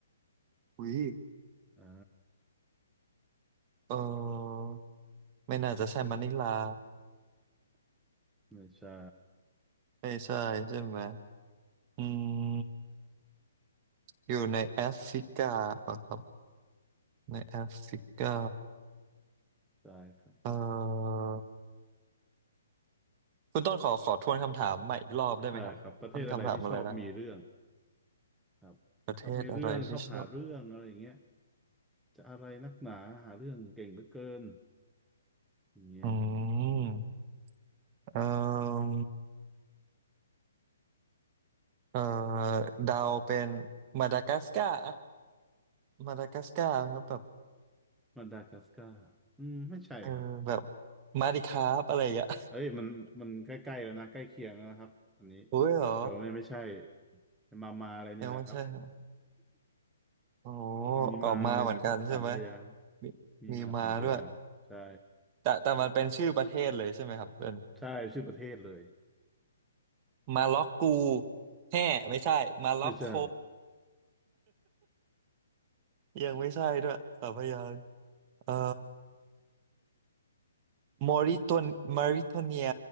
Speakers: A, on the right (about 30°); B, in the centre.
A: วิ
B: อ่า
A: เออไม่น่าจะใช่มะนิลา
B: ไม่ใช่
A: ไม่ใช่ใช่ไหมอืม อยู่ในแอฟริกาเปล่าครับในแอฟริกา
B: ใช่ครับ
A: เอ่อคุณต้นขอขอทวนคำถามใหม่อีกรอบได้ไหมครับมันคำถามมาเลยนะ
B: ได้ครับ ประเทศอะไรที่ชอบมีเรื่องครับชอบมีเรื่องชอบหาเรื่องอะไรอย่างเงี้ย
A: ประเทศอะไรที่ชอบ
B: จะอะไรนักหนาหาเรื่องเก่งเหลือเกินอย่างเงี้ย
A: อืมเอ่อเอ่อดาวเป็นมาดากัสการ์อะมาดากัสการ์ไหมครับแบบ
B: มันดากัสการ์อืมไม่ใช่ครับ
A: เออแบบมาดิคาบอะไรอย่างเงี้ย
B: เอ้ยมันมันใกล้ๆแล้วนะ ใกล้เคียงแล้วนะครับอันนี้
A: <laughs> อุ้ยเหรอ
B: แต่ว่าไม่ไม่ใช่มามาอะไรนี่แหละครับ
A: ยังไม่ใช่เหรอโอ้
B: มีมาเลยนะครับสามพยางค์
A: ออกมาเหมือนกันใช่ไหมมีมีมาด้วย
B: มีมาสามพยางค์ใช่
A: แต่แต่มันเป็นชื่อประเทศเลยใช่ไหมครับเป็น
B: ใช่ชื่อประเทศเลย
A: มาล็อกกูแห่ไม่ใช่มาล็อกโค
B: ไม่ใช่
A: ยังไม่ใช่ด้วยสามพยางค์เอ่อมอริตัวนมาริโทเนีย